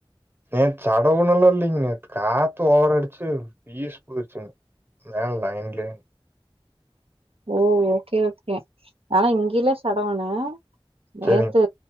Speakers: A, on the right; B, on the right.
A: நேத்து சடவுன்னல்லாம் இல்லைங்க காத்து ஓவரா அடிச்சு பீசு போயிச்சுங்க மேல லைன்ல
B: ஓ ஓகே ஓகே ஆனா இங்கயில <unintelligible> நேத்து
A: சேரிங்க